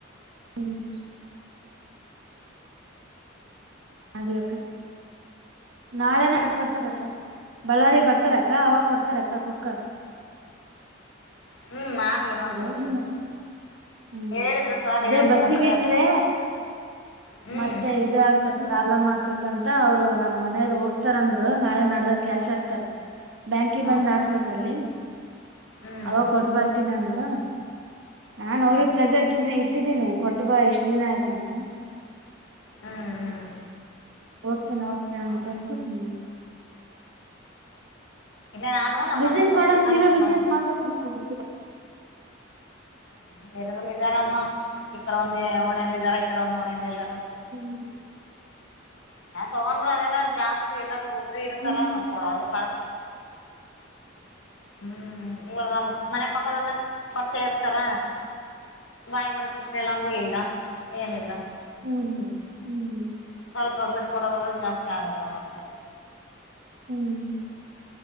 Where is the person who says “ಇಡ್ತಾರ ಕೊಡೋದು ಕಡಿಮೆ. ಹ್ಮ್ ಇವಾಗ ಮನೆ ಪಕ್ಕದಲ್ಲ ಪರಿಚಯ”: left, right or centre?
Left